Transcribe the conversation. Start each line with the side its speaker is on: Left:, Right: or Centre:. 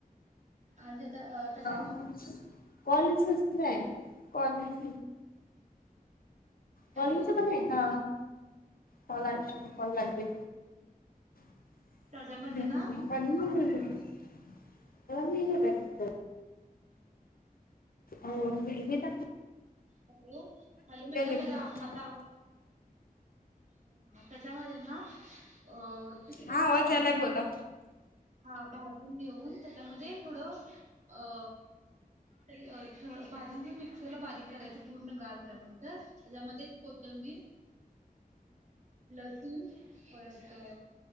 Right: आणि त्याच्या त्याच्यामध्ये
Left: मठच कॉलेज क नाही कॉलेज
Right: हॅलो
Left: बॉलंच पण आहे ना पलायच म कण लागे
Right: हा
Left: <inaudible>
Right: त्याच्यामध्ये ना
Left: <inaudible> <inaudible> नेहमीच
Right: हॅलो हॅलो मॅडम
Left: म्हणा
Right: अरे माझा आवाज हो तेच्यामध्ये ना अ ते <inaudible>
Left: हा आवाज
Right: पहिला भाजून
Left: यालाय बोला.
Right: घ्यायच हा भाजून घेऊन त्याच्यामध्ये थोडं अ ते अ थ भाजून त मिक्सरला बारीक करायचं पूर्ण गार झाल्यानंतर त्याच्यामध्ये कोथंबीर लसुून परत